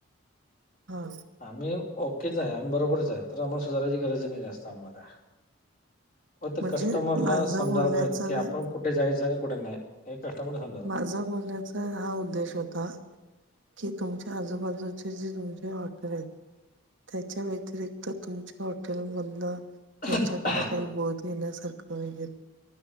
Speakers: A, on the right; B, on the left.
A: हा
B: आम्ही ओकेच आहे आम्ही बरोबरच आहे तर आम्हाला सुधारायची गरज नाही जास्त आम्हाला काय फक्त
A: म्हणजे
B: कस्टमरला
A: माझं
B: समजायला
A: बोलण्याचं
B: पाहिजे कि आपण कुठे जायचं आणि कुठे नाही हे कस्टमरला समजा
A: माझा बोलण्याचा हा उद्देश होता कि तुमच्या आजूबाजूचे जे तुमचे हॉटेल आहेत त्याच्या व्यतिरिक्त तुमच्या हॉटेलमधलं
B: पाहिजे
A: त्यांच्याकडनं काही बोध घेण्यासारखं वगैेरे